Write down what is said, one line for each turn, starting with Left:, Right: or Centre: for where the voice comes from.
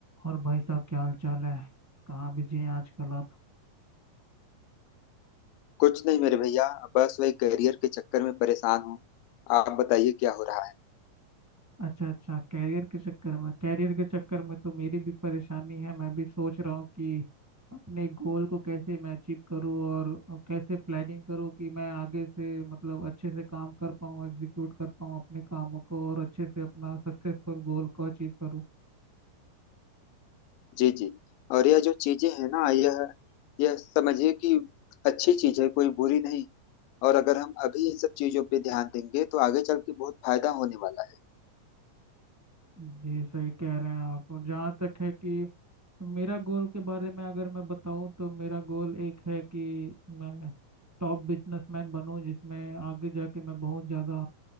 Right: और भाई साहब क्या हाल चाल है कहाँ बिजी हैं आजकल आप
Left: कुछ नहीं मेरे भैया बस वही करियर के चक्कर में परेशान हूँ आप बताइए क्या हो रहा है
Right: अच्छा अच्छा कैरियर के चक्कर में कैरियर के चक्कर में तो मेरी भी परेशानी है मैं भी सोच रहा हूँ कि अपने गोल को कैसे मैं अचीव करूँ और कैसे प्लानिंग करूँ कि मैं आगे से मतलब अच्छे से काम कर पाऊँ एग्जीक्यूट कर पाऊँ अपने कामों को और अच्छे से अपना सक्सेसफुल गोल को अचीव करूँ
Left: जी जी और यह जो चीजें हैं ना यह यह समझिए कि अच्छी चीज है कोई बुरी नहीं और अगर हम अभी इन सब चीजों पे ध्यान देंगे तो आगे चल के बहुत फायदा होने वाला
Right: जी सही कह रहे हैं आप और जहाँ तक है कि मेरा गोल के बारे में अगर मैं बताऊं तो मेरा गोल एक है कि मैं टॉप बिजनेसमैन बनूं जिसमें आगे जाके मैं बहुत ज़्यादा